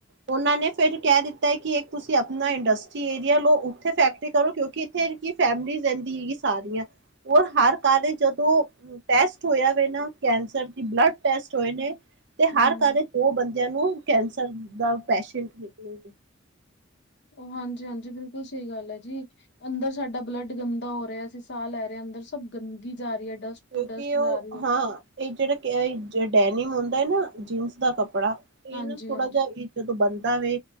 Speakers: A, on the right (about 60°); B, on the left (about 60°).
A: ਉਹਨਾਂ ਨੇ ਫੇਿਰ ਕਹਿ ਦਿੱਤਾ ਹੈ ਕਿ ਇੱਕ ਤੁਸੀਂ ਆਪਣਾ ਇੰਡਸਟਰੀ ਏਰੀਆ ਲਓ ਉੱਥੇ ਫੈਕਟਰੀ ਕਰੋ ਕਿਉਂਕਿ ਇੱਥੇ ਕਿ ਫੈਮਲੀ ਰਹਿੰਦੀ ਹੈਗੀ ਸਾਰੀਆਂ ਹੋਰ ਹਰ ਘ ਜਦੋਂ ਟੈਸਟ ਹੋਇਆ ਵ ਨਾ ਕੈਂਸਰ ਦੀ ਬਲਡ ਟੈਸਟ ਹੋਏ ਨੇ ਤੇ
B: ਹੂੰ।
A: ਹਰ ਘਰ ਦੋ ਬੰਦਿਆਂ ਨੂੰ ਕੈਂਸਰ ਦਾ ਪੈਸ਼ੈਂਟ ਨਿਕਲੇ
B: ਉਹ ਹਾਂਜੀ ਹਾਂਜੀ ਬਿਲਕੁਲ ਸਹੀ ਗੱਲ ਹੈ ਜੀ ਅੰਦਰ ਸਾਡਾ ਬਲੱਡ ਗੰਦਾ ਹੋ ਰਿਹਾ ਅਸੀਂ ਸਾਹ ਲੈ ਰਹੇਾਂ ਅੰਦਰ ਸਭ ਗੰਗੀ ਜਾ ਰਹੀ ਹੈ ਡਸਟ ਤੋਂ
A: ਕਿਉਂਕਿ
B: ਡਸਟ ਜਾ
A: ਉਹ
B: ਰਹੀ ਹੈ
A: ਹਾਂ ਇਹ ਜਿਹੜਾ ਡੈਨੀਮ ਹੁੰਦਾ ਨਾ ਜੀਨਸ ਦਾ ਕੱਪੜਾ ਇਹ
B: ਹਾਂਜੀ,
A: ਨਾ ਥੋੜਾ
B: ਹਾਂਜੀ,
A: ਜਿ ਜਦੋਂ ਬਣਦਾ ਵਵੇ